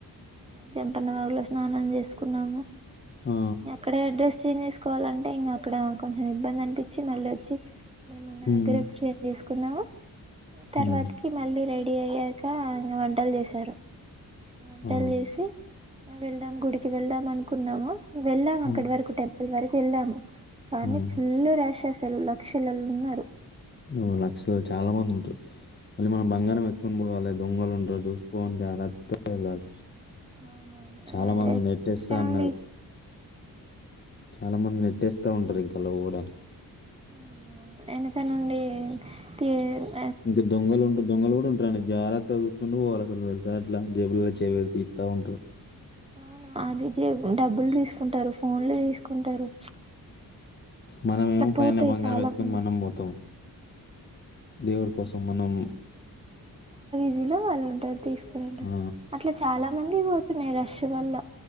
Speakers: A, on the right; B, on the left.
A: జం జంపన్న వాగులో స్నానాలు చేసుకున్నాము
B: ఆ!
A: అక్కడే డ్రెస్ చేంజ్ చెస్ కోవాలంటే ఇంక అక్కడ కొంచెం ఇబ్బంది అనిపించి మళ్ళీ వచ్చి మేమున్న
B: హ్మ్.
A: దగ్గర చేంజ్ చేసుకున్నాము కున్నాము తర్వాతకి
B: అవునండి.
A: మళ్ళీ రెడీ అయ్యాక ఇంక వంటలు చేశారు వంటలు
B: ఆ!
A: చేసి వెళ్దాం గుడికి వెళ్దాం అనుకున్నాము వెళ్ళాం
B: హ్మ్.
A: అక్కడి వరకు టెంప్ల్ అక్కడ వరకు వెళ్లాము కానీ
B: హ్మ్.
A: ఫుల్ రష్ అస లక్షలలొ ఉన్నారు
B: నువ్వు లక్షలు చాలా మంది ఉంటారు మళ్ళీ మనం బంగారం ఎత్తుకొని పోవాలి దొంగలు ఉంటారు చూసుకొని జాగ్రత్తతో వెళ్ళాలి
A: అవునవును
B: చాలా మంది నెటెస్త
A: వెనక నుండి
B: అన్నారు చాలా మంది నెట్టేస్తా ఉంటారు ఇంకా అలా పోవడానికి
A: అవును వెనక నుండి తే <unintelligible>
B: ఇంకా దొంగలు ఉంటారు దొంగలు కూడా ఉంటారండి జాగ్రత్త గ చూసుకుంటు పోవాలి అసలు వెళ్ళాలి ఇట్లా జేబుల పెట్టి చేయి పెట్టీ తీత్త ఉంటారు
A: అవును అది జేబులో డబ్బులు తీసుకుంటారు ఫోన్లు తీసుకుంటారు
B: మనం
A: అట్లా
B: ఏమో పైన
A: పోతాయి
B: బంగారం
A: చాలా
B: ఎత్తుకొని
A: మంది
B: మనం పోతాం దేవుడి కోసం మనం
A: బిజిలో వాళ్ళు ఉంటారూ. తీసుకుంటారు
B: ఆ,
A: అట్లా చాలా మందివి పోత్ తినే రష్ వల్ల.